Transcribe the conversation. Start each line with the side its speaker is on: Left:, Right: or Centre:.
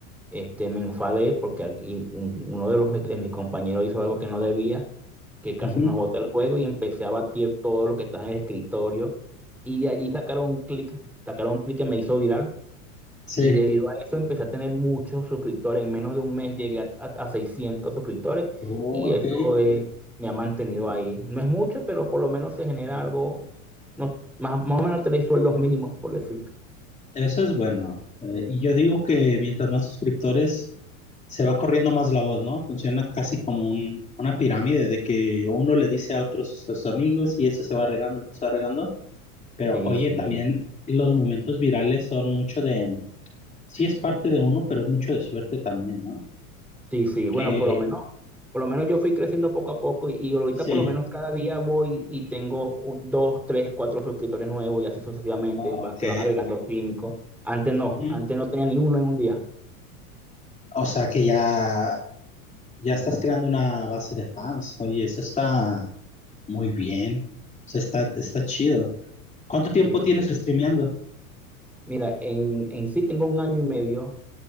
Centre: este, me enfadé porque aquí un- uno de, los, de mis compañeros hizo algo que no debía, que casi
Left: ujú.
Centre: nos bota el juego y empecé a batir todo lo que estaba en el escritorio. Y de allí sacaron un clic, sacaron un clic que me hizo viral.
Left: Sí.
Centre: Y debido a eso empecé a tener muchos suscriptores. En menos de un mes llegué a, a- a 600 suscriptores
Left: Oh,
Centre: y
Left: ok.
Centre: eso eh, me ha mantenido ahí. No es mucho, pero por lo menos se genera
Left: Ujú.
Centre: algo, no, más, más o menos tres sueldos mínimos, por decirte.
Left: Eso es bueno. Eh, y yo digo que mientras más suscriptores, se va corriendo más la voz, ¿no? Funciona casi como un- una pirámide de que uno le dice a otros a sus amigos y eso se va regando, se va regando. Pero
Centre: Sí,
Left: oye,
Centre: sí.
Left: también los momentos virales son mucho de, sí es parte de uno, pero es mucho de suerte también, ¿no?
Centre: Sí, sí, bueno,
Left: Que
Centre: por lo menos, por lo menos yo fui creciendo poco a poco y, y ahorita
Left: sí,
Centre: por lo menos cada día voy y tengo un- dos, tres, cuatro suscriptores nuevos y así sucesivamente,
Left: oh,
Centre: van,
Left: ok.
Centre: se van agregando Sí. cinco. Antes no,
Left: ujú.
Centre: antes no tenía ni uno en un día.
Left: O sea que ya, ya estás creando una base de fans. Oye, eso está muy bien. O sea, está, está chido. ¿Cuánto tiempo
Centre: Sí,
Left: tienes
Centre: sí.
Left: streameando?
Centre: Mira, en, en sí tengo un año y medio